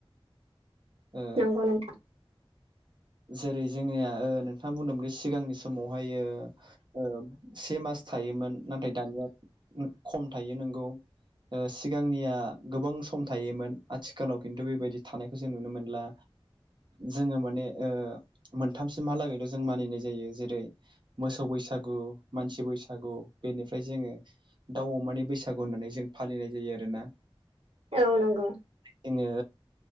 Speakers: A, on the right; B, on the right.
A: ओ
B: नंगौ नोंथां।
A: जेरै जोंनिया ओ नोंथाङा बुंदोंमोनदि सिगांनि समावहाय ओ से मास था मोन नाथाय दानिया खम थायो नोंगौ ओ सिगांनिया गोबां सम थायोमोन आथिखालाव खिन्थु बेबायदि थानायखौ जों नुनो मोनला जोङो माने ओ मोनथामसिमहालागैल' जों मानिनाय जायो जेरै मोसौ बैसो बैसागु मानसि बैसागु बेनिफ्राय जोङो दाउ अमानि बैसागु होननानै जों फालिनाय जायो। आरोना
B: नोंथां औ नंगौ
A: जोङो